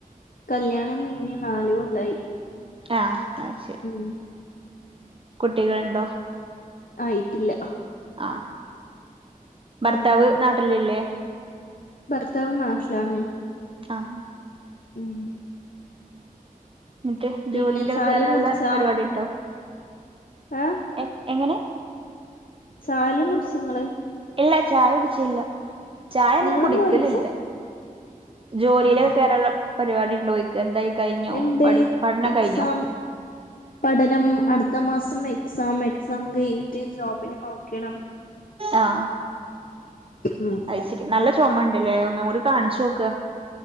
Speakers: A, on the left (about 75°); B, on the right (about 40°).
A: കല്യാണം കഴിഞ്ഞ് നാല് കൊല്ലായി
B: ആഹ് ആ ശരി
A: ഉം
B: കുട്ടികളുണ്ടോ?
A: ആയിട്ടില്ല.
B: ആഹ് ഭർത്താവ്
A: ഉം
B: നാട്ടിലില്ലേ
A: ഭർത്താവ് നാട്ടിലാണ്
B: ആഹ്
A: ഉം
B: ന്നിട്ട് ജോലിയിലൊക്കെ
A: പിന്നെ ചായല്ലാം
B: കേറാനുള്ള
A: കുടിച്ചാ
B: പരിപാടി ഉണ്ടോ
A: ഏ
B: എ എങ്ങനെ
A: ചായല്ലം കുടിച്ചു ങ്ങള്
B: ഇല്ല ചായ കുടിച്ചില്ല. ചായ അങ്ങനെ
A: നിങ്ങളെന്ന്
B: കുടിക്കലില്ല.
A: ചോദിച്ച്
B: ജോലിയിലൊക്കെ
A: ആ
B: കേറാനുള്ള പരിപാടി ണ്ടോ എന്തായി കഴിഞ്ഞോ
A: ഉണ്ട്
B: പഠി പഠന
A: എക്സാം
B: കഴിഞ്ഞോ
A: പഠനം അടുത്ത മാസം എക്സാമാ എക്സാം കയിഞ്ഞിട്ട് ജോബിന് നോക്കണം.
B: ആഹ
A: ഉം
B: അയ്ശേരി നല്ല ചുമ ഉണ്ടല്ലേ. ഒന്നും കൂടി കാണിച്ചു നോക്ക